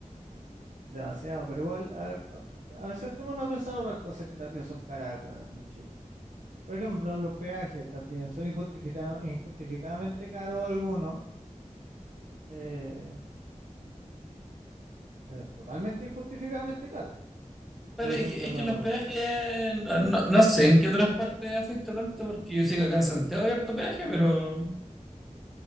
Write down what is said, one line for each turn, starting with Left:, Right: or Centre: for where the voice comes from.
Right: demasiado. Pero igual, a ver, a a ver, sentémonos a pensar otras cosas que también son caras acá en Chile. Por ejemplo, los peajes también son injustifica- injustificadamente caros algunos, eh, eh, totalmente injustificadamente caros.
Centre: Pero
Right: Por ejemplo,
Centre: es que, es
Right: los...
Centre: que el hospedaje, no, no, no sé en qué otras partes afecta tanto, porque yo sé que acá en Santiago hay harto peaje, pero